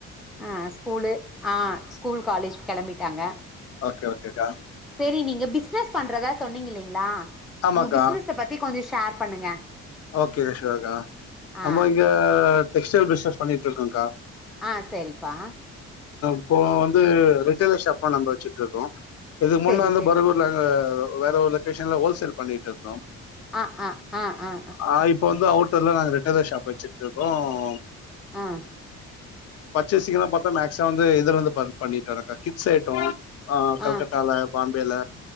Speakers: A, in the centre; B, on the left.
A: ஆஹ் ஸ்கூலு ஆஹ் ஸ்கூல் காலேஜ் கிளம்பிட்டாங்க
B: ஓகே ஓகேக்கா
A: சரி நீங்க பிசினஸ் பண்றதா சொன்னீங்க இல்லலைங்களா
B: ஆமாக்கா
A: உங்க பிசினஸ் பத்தி கொஞ்சம் ஷேர் பண்ணுங்க
B: ஓகே சுயர்க்கா
A: ஆ
B: நமக்கு இங்க டெக்ஸ்டைல் பசினஸ் பண்ணிட்டு இருக்கோம்கா
A: ஆஹ் சரிப்பா
B: இப்போ வந்து ரிஜாய்லர் ஷாப்லாம் நம்ம வச்சுட்டு இருக்கோம் இதுக்கு முன்னால
A: செரி செரி
B: பரபூர்ல வேற ஒரு லொகேஷன்ல ஹோல் சேல் பண்ணிட்டு இருந்து
A: ஆஹ் ஆஹ் ஆஹ் ஆஹ்
B: ஆஹ் இப்ப வந்து அவுட் ல்ல நாங்க ரிட்டலர் ஷாப் வச்சுட்டு இருக்கோம்
A: ஆஹ
B: பர்ச்சேசிக்கலாம் பாத்தா மேக்சிமம் வந்து இதுல இருந்து பண் பண்ணிட்டு இருக்கோம் கிட்ஸ் ஐட்டம் ஆஹ் கல்கட்டாலா
A: ஆ
B: பாம்பேல